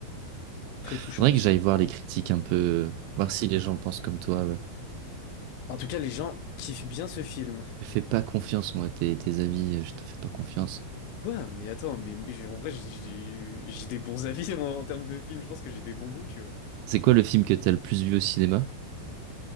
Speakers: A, on the left; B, on the right.
A: Et très
B: Faudrait
A: touchant aussi.
B: que j'aille voir les critiques un peu. euh, Voir si les gens pensent comme toi. euh.
A: En tout cas, les gens kiffent bien ce film.
B: Pas confiance, moi, tes, tes avis, euh, je te fais pas confiance.
A: Quoi? Mais attends, mais, mais j'ai- en vrai, j'ai j'ai- j'ai des bons avis en, en termes de films. Je pense que j'ai des bons goûts, tu vois.
B: C'est quoi le film que t'as le plus vu au cinéma?